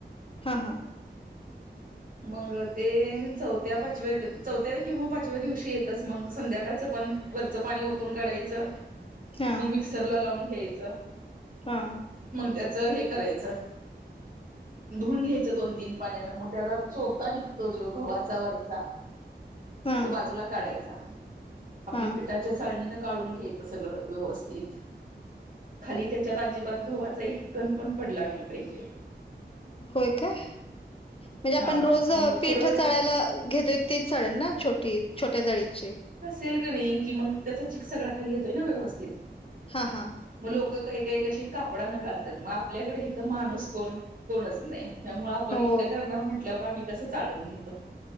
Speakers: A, on the left; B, on the right.
A: हा हा.
B: मग ते चौथ्या पाचव्या चौथ्या किंवा पाचव्या दिवशी येतच मग संध्याकाळचं पण वरचं पाणी ओतून काढायचं,
A: हा
B: मग मिक्सर ला लावून घ्यायचं.
A: हा.
B: मग त्याचं हे करायचं धुऊन घ्यायच दोन तीन पाण्यान मग त्याचा चोता निघतो, जो गव्हाचा वरचा
A: हा
B: तो बाजूला काढायचा. आपली
A: हा
B: पिठाच्या चाळणीनं गाळून घ्यायचं सगळं व्यवस्थित. खाली त्याच्यात अजिबात गव्हाचा एक कण पण पडला नाही पाहिजे.
A: होय का? म्हणजे आपण
B: हा
A: रोज
B: मग
A: पीठ
B: कुरवडे
A: चाळायला घेतोय, तीच चाळण ना छोटी छोट्या जाळीची.
B: ते केल किनई मग त्याचा चिक सगळा खाली येतोय ना, व्यवस्थित
A: हा हा
B: मग लोक काही कशी कापडा न गाळतात, मग आपल्याकडे हिथ माणूस कोण कोणच नाही. त्यामुळे आपण
A: हो
B: एकटं करणार म्हटल्यावर आम्ही कसं चाळून घेतो.